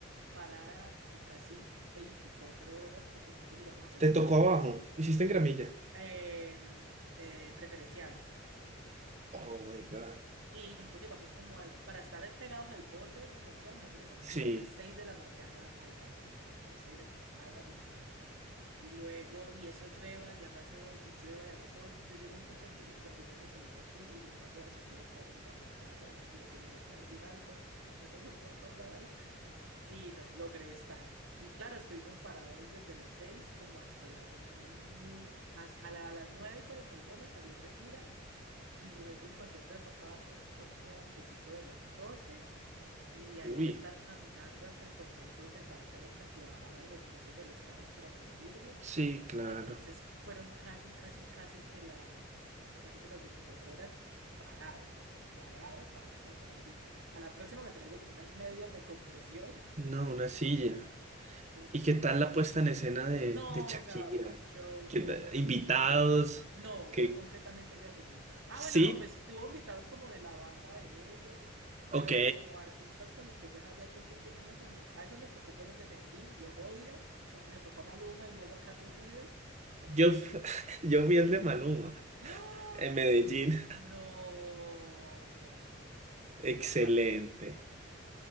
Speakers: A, on the right; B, on the right.
A: parada de casi 24 horas porque nosotros llegamos a hacer
B: Te
A: fila
B: tocó abajo. Hiciste en gramilla.
A: en eh, preferencial.
B: Oh my God.
A: Y nosotros llegamos como al, para estar pegados al borde de preferencial, nosotros llegamos
B: Sí.
A: como a las 6 de la mañana al camping. Entonces, haga su fila. Y luego, y eso llueva y haga sol, y llueva y haga sol. Yo llego a un punto en el que yo decía, yo me voy a salir de aquí y yo mejor veo a Shakira a través de una pantalla del celular de alguien alto. Yo no soporto más. Y no, logré estar. Y claro, estuvimos parados desde las 6 como hasta las, nu hasta a la- a las 9 y 40 y bolas salió Shakira. Y luego el concierto se fue acabando poco antesito de las doce Y de ahí
B: <laughs> Uy.
A: estar caminando hasta encontrar dónde parchar hasta que bajaran los precios de los carros para poder irnos.
B: Sí, claro.
A: Entonces fueron casi, casi, casi que las, casi que las veinticuatro horas parado, parado, parado, parado. Yo dije, a la próxima me traigo como unas medias de compresión,
B: No, una silla.
A: <laughs> un...
B: ¿Y qué tal la puesta en escena de,
A: No,
B: de Shakira?
A: o sea, un show
B: ¿Qué
A: completamente
B: tal? Invitados,
A: increíble. No,
B: que
A: fue completamente ella solita. Ah,
B: sí,
A: bueno, no, pues tuvo invitados como de la banda de ella y así, pero
B: ok.
A: como artistas con los que ella haya hecho featuring, y eso no. A eso les tocó fue los de Medellín, los odio, porque les tocó a Maluma y luego a Carlos Vives, pero
B: Yo,
A: bueno.
B: f- <laughs> yo fui el de Maluma
A: <gasps> ¡Ah!
B: en Medellín.
A: No, no, no, no
B: Excelente,
A: me va a salir.